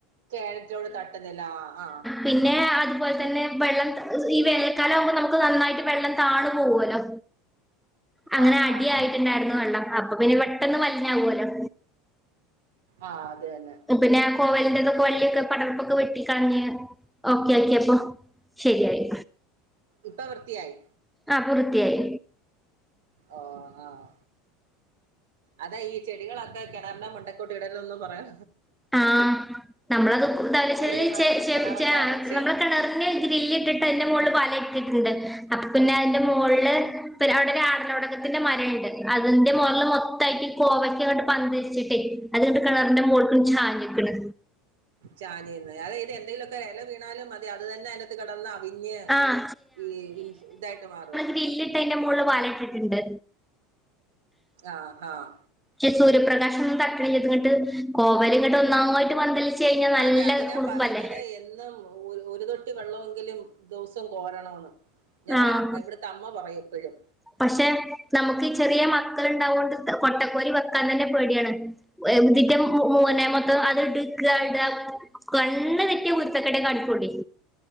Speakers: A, on the right; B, in the centre.
A: കേരളത്തിലോട് തട്ടുന്നില്ല ആഹ്
B: പിന്നെ അതുപോലെ തന്നെ വെള്ളം ഈ വേനക്കാലം ആവുമ്പോ നമുക്ക് നന്നായിട്ട് വെള്ളം താണു പോകല്ലോ അങ്ങനെ
A: ആഹ്
B: അടിയായിട്ടുണ്ടായിരുന്നു
A: ആഹ്
B: വെള്ളം അപ്പൊ പിന്നെ പെട്ടെന്ന് മലിഞ്ഞാവല്ലോ
A: ആഹ് അത് തന്നെ
B: പിന്നെ കോവൽന്റെതൊക്കെ വള്ളിയൊക്കെ പടർപ്പൊക്കെ വെട്ടി കളഞ്ഞ് ഓക്കെ ആക്കിയപ്പൊ ശെരിയായി.
A: ഇപ്പ വൃത്തിയായി.
B: ആഹ് പൂർത്തിയായി.
A: ഓഹ് ആഹ് അതാ ഈ ചെടികളൊക്കെ കെണറിണ്ടെ മണ്ട ത്തോട്ടിടരുതെന്നും പറയാ
B: ആഹ് നമ്മളത് തലശെരി
A: ഈ
B: <unintelligible>
A: പ്രാവശ്യം കിണറൊക്കെ
B: ആഹ്
A: അടച്ച്
B: നമ്മളെ കെണറിന്റെ ഗ്രില്ലിട്ടിട്ട് അയിന്റെ മോള്ല് വലയിട്ടിട്ട്ണ്ട് അപ്പ പിന്നെ അയിന്റെ മോൾല് അവടെ ആടലോട ത്തിന്റെ മരണ്ട് അതിന്റെ മൊകളില് മൊത്തായിട്ട് കോവക്ക ഈ പന്തൽച്ചിട്ടെ അത്ങ്ങട്ട് കെണറിന്റെ മോൾ ക്ക് ച്ചാന്ക്ക്ണ്.
A: ചാഞ്ഞ്ന്നോ അതാ ഇത് എന്തെങ്കിലൊക്കെ എല വീണാലും മതി അത് തന്നെ അതി ന്റെ അകത്ത് കടന്ന് അവിഞ്ഞ്
B: ആഹ്
A: ഈ ഇതായിട്ട് മാറും
B: ഗ്രില്ലിട്ടതിന്റെ മോളില് വല ഇട്ടിട്ട്ണ്ട്.
A: ആഹ് ആഹ്
B: ഈ സൂര്യപ്രകാശം ഇങ്ങനെ തട്ടിനിന്നിട്ട് കോവല് ഇങ്ങട്ട് ഒന്നായിട്ട് പന്തൽ ൽച്ചഴിഞ്ഞാൽ നല്ല
A: അതെ അതിനാ
B: കുടുംമ്പല്ലേ
A: പറയുന്നത് എന്നും ഒ ഒരു തൊട്ടി വെള്ളമെങ്കിലും ദിവസം കോരണംന്ന് ഞങ്ങളെ
B: ആഹ്
A: അ ഇവട് ത്തെ അമ്മ പറയും എപ്പഴും.
B: പക്ഷെ നമ്മക്ക് ചെറിയ മക്കള്ണ്ടാവോണ്ട് കൊട്ടക്കോരി വെക്കാൻ തന്നെ പേടിയാണ് ഇതിറ്റ മൂ മൊത്തം അത് ഇട്ട് നിക്കാടാ കണ്ണ് തെറ്റിയ കുരുത്തകേടെ കണിക്കൊള്ളെ